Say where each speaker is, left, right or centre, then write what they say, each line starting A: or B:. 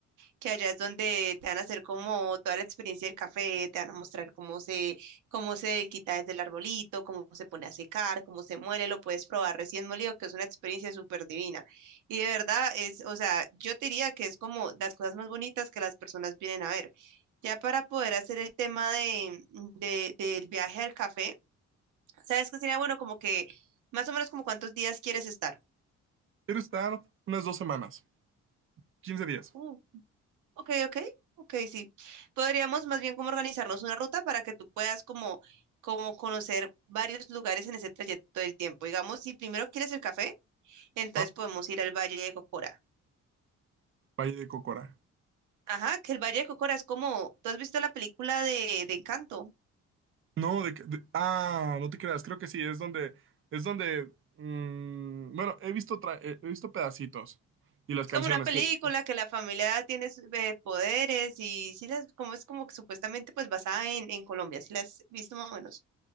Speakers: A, on the right; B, on the right.
A: que allá es donde te van a hacer como toda la experiencia del café, te van a mostrar cómo se, cómo se quita desde el arbolito, cómo se pone a secar, cómo se muele, lo puedes probar recién molido, que es una experiencia súper divina. Y de verdad es, o sea, yo te diría que es como las cosas más bonitas que las personas vienen a ver. Ya para poder hacer el tema de, de- del viaje al café, ¿sabes qué sería bueno? Como que más o menos como cuántos días quieres estar.
B: Quiero estar unas dos semanas. 15 días.
A: Uh, Ok, ok, ok, sí. Podríamos más bien como organizarnos una ruta para que tú puedas como, como conocer varios lugares en ese trayecto del tiempo. Digamos, si primero quieres el café, entonces
B: Ah,
A: podemos ir al Valle de Cocora.
B: Valle de Cocora.
A: Ajá, que el Valle de Cocora es como, ¿tú has visto la película de, de Encanto?
B: No, de, de- Ah, no te creas. Creo que sí. Es donde... Es donde... mm, bueno, he visto, tra- he he visto pedacitos. Y las
A: Es
B: canciones
A: como una película
B: que...
A: que la familia tiene su- eh, poderes y sí las, como es como que supuestamente pues basada en, en Colombia, si la has visto más o menos.